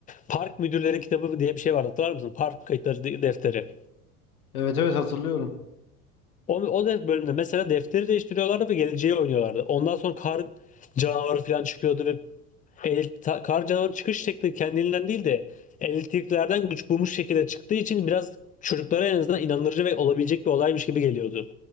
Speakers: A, on the left; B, on the left.
A: Park Müdürleri Kitabı diye bir şey vardı hatırlar mısın? Park Kayıtları de- Defteri.
B: Evet evet hatırlıyorum.
A: O, o def- bölümde mesela defteri değiştiriyorlardı ve geleceği oynuyorlardı. Ondan sonra kar canavarı falan çıkıyordu ve Elta- Karca'nın çıkış şekli kendiliğinden değil de elektriklerden güç bulmuş şekilde çıktığı için biraz çocuklara en azından inandırıcı ve olabilecek bir olaymış gibi geliyordu.